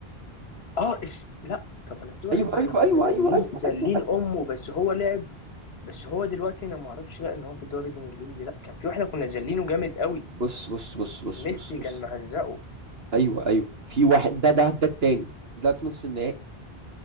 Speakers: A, on the left (about 75°); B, on the right (about 75°).
A: اه اس... لا طب انا في واحد
B: ايوه
A: ما
B: ايوه
A: احنا كنا
B: ايوه
A: زلين
B: ايوه ايوه
A: زلين
B: ايوه ايوه
A: امه بس هو لعب بس هو دلوقتي انا ما اعرفش لا ان هو في الدوري الانجليزي لا كان في واحد كنا زلينه جامد قوي
B: بص بص بص بص
A: ميسي
B: بص بص
A: كان مهزقه
B: ايوه ايوه في واحد ده ده ده التاني ده في نص النهائي